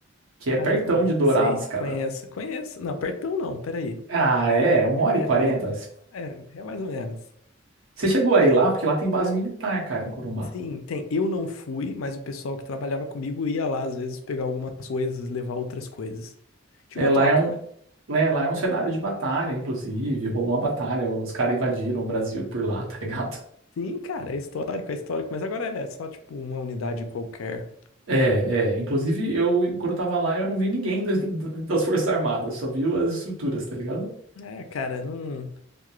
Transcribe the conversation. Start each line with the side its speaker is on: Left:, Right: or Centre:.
Right: que é
Left: Caramba,
Right: pertão de Dourados,
Left: sei,
Right: cara.
Left: conheço, conheço. Não, pertão não, peraí.
Right: Ah, é, uma
Left: É,
Right: hora e quarenta,
Left: mais ou menos. É, é mais ou menos.
Right: Você chegou aí lá, porque lá tem base militar, cara, em Corumbá.
Left: Sim, tem. Eu não fui, mas o pessoal que trabalhava comigo ia lá às vezes pegar algumas coisas, levar outras coisas. Tinha
Right: É,
Left: uma
Right: lá
Left: troca,
Right: é um,
Left: né?
Right: lá é, lá é um cenário de batalha, inclusive. Rolou uma batalha, os caras invadiram o Brasil por lá, <laughs> tá ligado?
Left: Sim, cara, é histórico, é histórico, mas agora é só tipo uma unidade qualquer.
Right: É, é. Inclusive, eu, quando eu tava lá, eu não vi ninguém das, <laughs> das Forças Armadas, só vi as estruturas, tá ligado?
Left: É, cara, não.